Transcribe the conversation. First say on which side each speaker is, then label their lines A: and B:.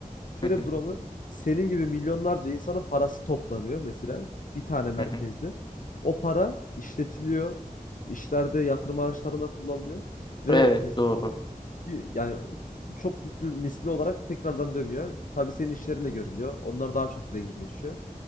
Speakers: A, on the left; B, on the left.
A: şöyle
B: Hı hı.
A: bir durum var. Senin gibi milyonlarca insanın parası toplanıyor mesela bir tane merkezde.
B: Hı hı.
A: O para işletiliyor, işlerde yatırım araçlarında kullanılıyor ve
B: Evet
A: mesela
B: doğru.
A: yani çok yüklü misli olarak tekrardan dönüyor. Tabii senin işlerinde görülüyor. Onlar daha çok zenginleşiyor